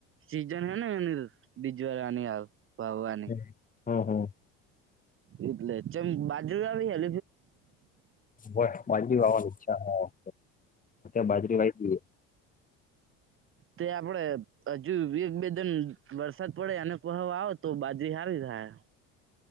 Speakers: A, on the right; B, on the left.
A: સીઝન હેને એની. બીજ વાર આની આવ ભાવની.
B: છે. હમ હમ
A: એટલે ચમ બાજુ <unintelligible>
B: બ બાજરી વાવાછા <inaudible> બાજરી વાઈતી.
A: તે આપડે હજુ એક બે દણ વરસાદ પડે અને પહ આવે તો બાજરી સારી થાય.